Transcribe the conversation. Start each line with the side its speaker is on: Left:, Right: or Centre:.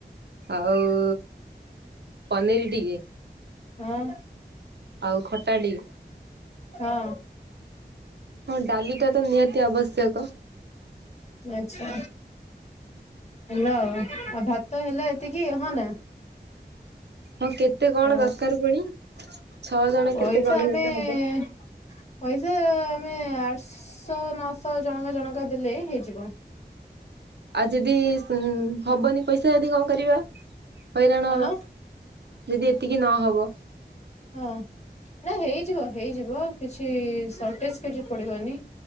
Right: ଆଉ ପନିରି ଟିକେ
Left: ହଁ।
Right: ଆଉ ଖଟା ଟିକେ।
Left: ହଁ।
Right: ହଁ ଡାଲି ଟା ତ ନିହାତି ଆବଶ୍ୟକ।
Left: ଆଚ୍ଛା ହେଲା ଆଉ ଆଉ ଭାତ ହେଲା ଏତିକି ହଁ ନା!
Right: ହଁ କେତେ କଣ
Left: ଓ
Right: ଦରକାର ପୁଣି, ଛଅ ଜଣ
Left: ପଇସା
Right: କେତେ କଣ
Left: ଆମେ
Right: ନେଲେ ହବ?
Left: ପଇସା ଆମେ ଆଠ ଶହ ନଅଶହ ଜଣକା ଜଣକା ଦେଲେ ହେଇଯିବ।
Right: ଆଉ ଯଦି ଉଁ ହବନି ପଇସା ଯଦି କଣ କରିବା ହଇରାଣ
Left: କଣ
Right: ହବା। ଯଦି ଏତିକି ନ ହବ?
Left: ହଁ ନା ହେଇଯିବ ହେଇଯିବ କିଛି ସର୍ଟେଜ୍ କିଛି ପଡିବନି।